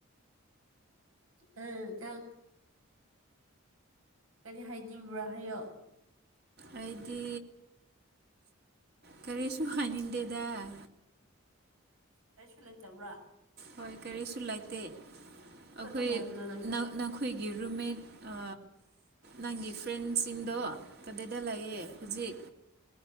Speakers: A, on the right (about 80°); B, on the right (about 45°).
A: ꯎꯝ ꯅꯪ ꯀꯔꯤ ꯍꯥꯏꯅꯤꯡꯕ꯭ꯔꯥ ꯍꯥꯏꯌꯣ
B: ꯑꯩꯗꯤ ꯀꯔꯤꯁꯨ ꯍꯥꯏꯅꯤꯡꯗꯦꯗ
A: ꯀꯩꯁꯨ ꯂꯩꯇꯕ꯭ꯔꯥ
B: ꯍꯣꯏ ꯀꯔꯤꯁꯨ ꯂꯩꯇꯦ
A: ꯑꯁ
B: ꯑꯩꯈꯣꯏ
A: ꯑꯗꯨꯝ ꯍꯥꯏꯒꯅꯣ ꯅꯪꯁꯨ
B: ꯅꯪ ꯅ ꯑꯩꯈꯣꯏꯒꯤ ꯔꯨꯝꯃꯦꯠ ꯑ ꯅꯪꯒꯤ ꯐ꯭ꯔꯦꯟꯁꯤꯡꯗꯣ ꯀꯗ‌ꯦꯗ ꯂꯩꯌꯦ ꯍꯧꯖꯤꯛ